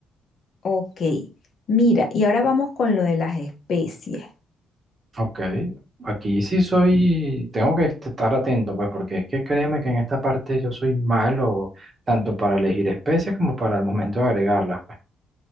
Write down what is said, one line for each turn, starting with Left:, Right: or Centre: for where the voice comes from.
Left: Ok, mira, y ahora vamos con lo de las especies.
Right: Ok. Aquí sí soy, tengo que est- estar atento, pues, porque es que créeme que en esta parte yo soy malo, tanto para elegir especies como para el momento de agregarlas, pues.